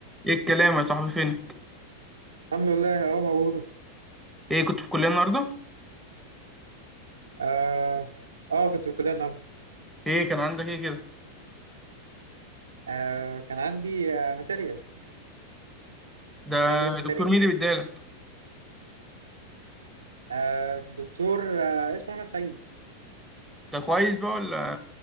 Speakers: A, in the centre; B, on the right (about 70°).
A: ايه الكلام يا صاحبي فينك
B: الحمد لله اهو موجود
A: ايه كنت في الكليه النهارده
B: اه اه كنت في الكليه النهارده
A: ايه كان عندك ايه كده
B: آه كان عندي آه ماتيريال
A: ده
B: بندرس ماتيريال
A: دكتور مين اللي بيديلك
B: آه دكتور آه اسمه احمد سعيد
A: ده كويس بقى ولا